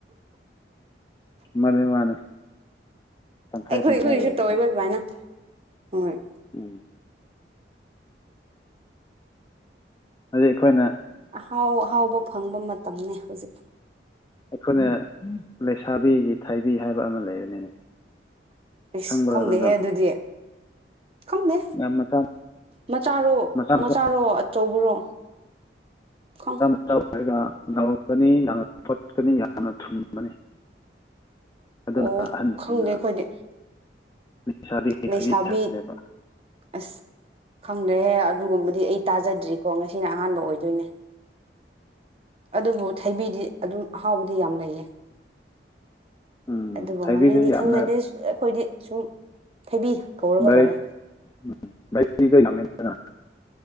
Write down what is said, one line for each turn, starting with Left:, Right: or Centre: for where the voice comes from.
Left: ꯃꯥꯅꯦ ꯃꯥꯅꯦ ꯇꯪꯈꯥꯏ
Right: ꯑꯩꯈꯣꯏ
Left: ꯇꯪꯈꯥꯏ
Right: ꯑꯩꯈꯣꯏꯁꯨ
Left: ꯑꯣꯏꯕꯅꯤ
Right: ꯇꯧꯋꯦꯕ ꯑꯗꯨꯃꯥꯏꯅ ꯍꯣꯏ꯫
Left: ꯎꯝ ꯑꯗꯨ ꯑꯩꯈꯣꯏꯅ
Right: ꯑꯍꯥꯎ ꯑꯍꯥꯎꯕ ꯐꯪꯕ ꯃꯇꯝꯅꯦ ꯍꯧꯖꯤꯛ꯫
Left: ꯑꯩꯈꯣꯏꯅ ꯂꯩꯁꯥꯕꯤꯒꯤ ꯊꯩꯕꯤ ꯍꯥꯏꯕ ꯑꯃ ꯂꯩꯕꯅꯤꯅꯦ꯫
Right: ꯏꯁ
Left: ꯈꯪꯕ꯭ꯔꯥ
Right: ꯈꯪꯗꯦꯍꯦ
Left: ꯑꯗꯨꯗꯣ
Right: ꯑꯗꯨꯗꯤ ꯈꯪꯗꯦ
Left: ꯌꯥꯝ ꯃꯆꯥ
Right: ꯃꯆꯥꯔꯣ
Left: ꯃꯆꯥ ꯃꯆꯥ
Right: ꯃꯆꯥꯔꯣ ꯑꯆꯧꯕꯔꯣ ꯈꯪ
Left: <unintelligible> ꯑꯗꯨꯅ
Right: ꯑꯣ
Left: ꯑꯍꯟꯁꯤꯡꯅ
Right: ꯈꯪꯗꯦ ꯑꯈꯣꯏꯗꯤ꯫
Left: <unintelligible>
Right: ꯂꯩꯁꯥꯕꯤ
Left: ꯍꯥꯏꯕꯅꯦꯕ
Right: ꯑꯁ ꯈꯪꯗ꯭ꯔꯦꯍꯦ ꯑꯗꯨꯒꯨꯝꯕꯗꯤ ꯑꯩ ꯇꯥꯖꯗ꯭ꯔꯤ꯫ ꯀꯣ ꯉꯁꯤꯅ ꯑꯍꯥꯟꯕ ꯑꯣꯏꯗꯣꯏꯅꯦ ꯑꯗꯨꯕꯨ ꯊꯩꯕꯤꯗꯤ ꯑꯗꯨꯝ ꯑꯍꯥꯎꯕ ꯌꯥꯝ ꯂꯩꯌꯦ
Left: ꯎꯝ
Right: ꯑꯗꯨꯕꯨ
Left: ꯊꯕꯤꯗꯨꯁꯨ
Right: ꯃꯃꯤꯡꯗꯤ
Left: ꯌꯥꯝꯅ
Right: ꯈꯪꯅꯗꯤꯁ ꯑꯩꯈꯣꯏꯗꯤ ꯁꯨꯝ ꯊꯩꯕꯤ ꯀꯧꯔꯒ
Left: <unintelligible>
Right: ꯂꯣꯏꯔꯦ